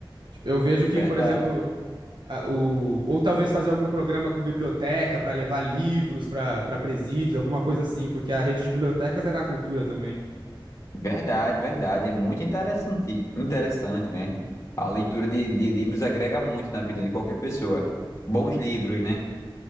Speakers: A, on the right (about 60°); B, on the left (about 35°).
A: Tipo, eu vejo que,
B: Verdade,
A: por exemplo, a- o, ou talvez fazer algum programa com biblioteca para levar livros para para presídios, alguma coisa assim, porque a rede de bibliotecas é na cultura também.
B: verdade, verdade. É muito interessante, interessante, né? A leitura de, de livros agrega muito na vida de qualquer pessoa. Bons livros, né?